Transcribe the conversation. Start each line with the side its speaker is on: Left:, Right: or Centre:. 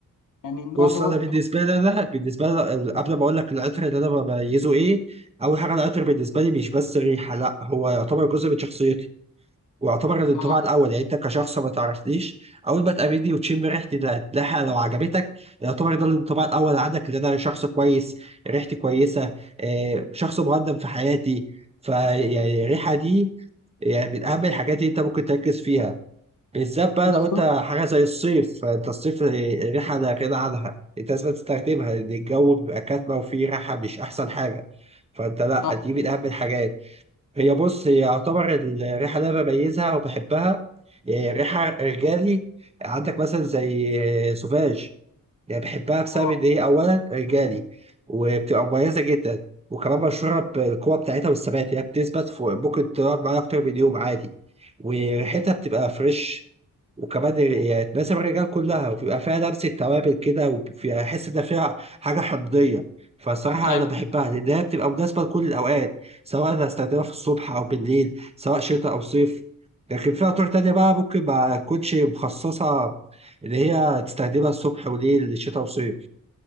Left: يعني النوع
Right: بص
Left: دوت
Right: انا بالنسبه لي انا بالنسبه لي ال- قبل ما اقول لك العطر اللي انا بميزه ايه اول حاجه العطر بالنسبه لي مش بس ريحه لا هو يعتبر جزء من شخصيتي ويعتبر الانطباع
Left: اه
Right: الاول يعني انت كشخص ما تعرفنيش اول ما تقابلني وتشم ريحتي ده هتلاقيها لو عجبتك يعتبر ده الانطباع الاول عندك ان انا شخص كويس ريحتي كويسه آه، شخص مقدم في حياتي فيعني الريحه دي يعني من اهم الحاجات اللي انت ممكن تركز فيها بالذات بقى
Left: بالظبط
Right: لو انت حاجه زي الصيف فانت الصيف ريحه لا غنى عنها انت لازم تستخدمها لان الجو بيبقى كاتمه وفيه ريحه مش احسن حاجه فانت لا
Left: اه
Right: دي من اهم الحاجات هي بص هي يعتبر الريحه اللي انا بميزها وبحبها اه، ريحه رجالي عندك مثلا زي اه، سوفاج يعني بحبها بسبب
Left: اه
Right: ان هي اولا رجالي وبتبقى مميزه جدا وكمان مشهوره بالقوه بتاعتها والثبات هي بتثبت فوق ممكن تقعد معايا اكتر من يوم عادي وريحتها بتبقى فريش وكمان يعني تناسب الرجال كلها وبيبقى فيها لمسة توابل كده وبيبقى أحس إن فيها حاجة حمضية فالصراحة
Left: ايوه
Right: أنا بحبها لأن هي بتبقى مناسبة لكل الأوقات سواء أنا هستخدمها في الصبح أو بالليل سواء شتاء أو صيف لكن في عطور تانية بقى ممكن ما تكونش مخصصة إن هي تستخدمها الصبح وليل شتاء وصيف